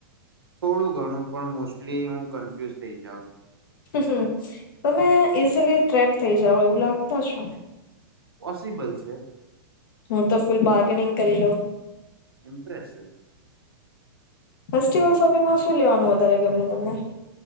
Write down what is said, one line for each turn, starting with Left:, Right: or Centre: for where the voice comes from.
Right: થોડું ઘણું પણ મોસ્ટલી હું કન્ફ્યુઝ થઈ જાઉ.
Left: હ તમે ઈઝીલી ટ્રેપ થઇ જાઓ એવું લાગત છો.
Right: પોસિબલ છે.
Left: હું તો ફૂલ બાર્ગેનિંગ કરી લોઉ.
Right: ઇમપ્રેસિવ.
Left: ફેસ્ટિવલ શોપિંગમાં શું લેવાનું વધારે ગમે તમને.